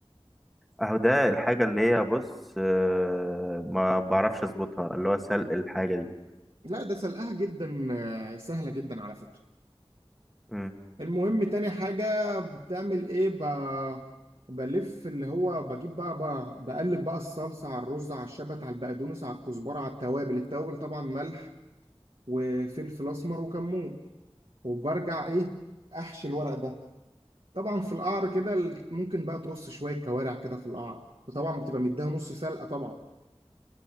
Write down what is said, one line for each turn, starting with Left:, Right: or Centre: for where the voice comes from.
Centre: اهو ده الحاجه اللي هي بص آه، ما بعرفش اظبطها اللي هو سلق الحاجه دي
Right: لا ده سلقها جدا آه، سهله جدا على فكره
Centre: امم
Right: المهم تاني حاجة بتعمل ايه ب... بلف اللي هو بجيب بقى, بقى بقلب بقى الصلصة على الرز على الشبت على البقدونس على الكزبرة على التوابل التوابل طبعا ملح وفلفل أسمر وكمون وبرجع ايه أحشي الورق ده طبعا في القعر كده ال- ممكن بقى ترص شوية كوارع كده في القعر وطبعا بتبقى مديها نص سلقة طبعا